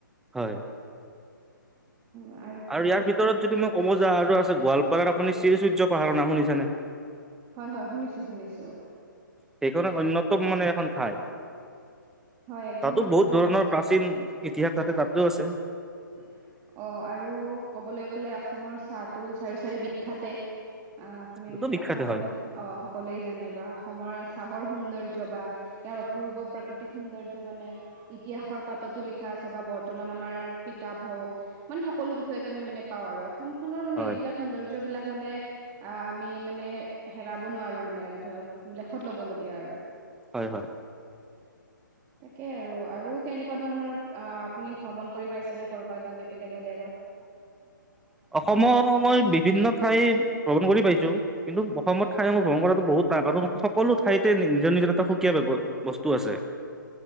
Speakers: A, in the centre; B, on the right.
A: হয়
B: আ
A: আৰু ইয়াৰ ভিতৰত যদি মই ক'ব যাও আৰু আছে গোৱালপাৰাৰ আপুনি শ্ৰী সূৰ্য পাহাৰৰ নাম শুনিছেনে
B: হয়, হয়, শুনিছোঁ, শুনিছোঁ।
A: সেইখন অন্যতম মানে এখন ঠাই
B: হয় একদম
A: তাতো
B: ঠিক
A: বহুত
B: কথা
A: ধৰণৰ
B: কৈছে
A: প্ৰাচীন ইতিহাস তাতে, তাতো আছে
B: অ, আৰু ক'বলৈ গ'লে অসমৰ চাহটো চাৰি চাইদে বিখ্যাতে আ, আপোনালোক
A: তাতো বিখ্যাত
B: সকলো
A: হয়
B: অ, সকলোৱে জানে বা অসমৰ চাহৰ সৌন্দৰ্য য বা ইয়াৰ অপূৰ্ব প্ৰাকৃতি দয্য মানে, ইতিহাসৰ পাততো লিখা আছে বা বৰ্তমান আমাৰ কিতাপ হওক সকলো বিষয়তে আমি মানে পাওঁ আৰু অসমখনৰ মানে
A: হয়
B: এইবিলাক সৌন্দৰ্যবিলাক মানে, আ মি মানে হেৰাব নোৱাৰোঁ মানে আৰু ধৰক, লেখত ল'বলগীয়া আৰু
A: হয়, হয়
B: তাকে আৰু, আৰু কেনেকুৱা ধৰণৰ আ, আপুনি ভ্ৰমণ কৰি পাইছেনে? কৰ'বাত মানে বেলেগ বেলেগত
A: অসমৰ মই বিভিন্ন ঠাইত ভ্ৰমণ কৰি পাইছোঁ, কিন্তু অসমত ঠাইসমূহ ভ্ৰমণ কৰাটো বহুত টান, কাৰণ সকলো ঠাইতে নিজৰ নিজৰ এটা সুকীয়া সুকীয়া বস্তু আছে